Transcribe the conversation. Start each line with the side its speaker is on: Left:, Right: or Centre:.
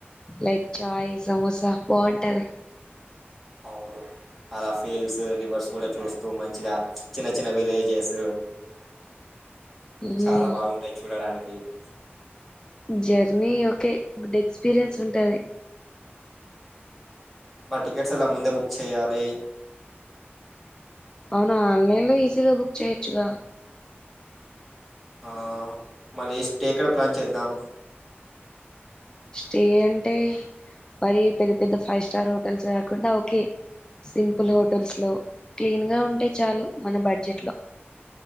Left: లైక్ చాయ్ సమోసా బాగుంటది.
Centre: అవును అలా ఫీల్స్ రివర్స్ కూడా చూస్తూ మంచిగా చిన్న చిన్న విలేజెస్
Left: ఉమ్
Centre: చాలా బాగుంటాయి చూడడానికి ఏ
Left: జర్నీ ఓకే గుడ్ ఎక్స్పీరియన్స్ ఉంటది.
Centre: మా టికెట్స్ ఎలా ముందే బుక్ చేయాలి.
Left: అవునా ఆన్లైన్ లో ఈజీగా బుక్ చేయొచ్చుగా
Centre: ఆ మరి స్టే ఎక్కడ ప్లాన్ చేద్దాం.
Left: స్టే అంటే మరి పెద్ద పెద్ద ఫైవ్ స్టార్ హోటల్స్ కాకుండా ఓకే సింపుల్ హోటల్స్లో క్లీన్గా ఉంటే చాలు మన బడ్జెట్లో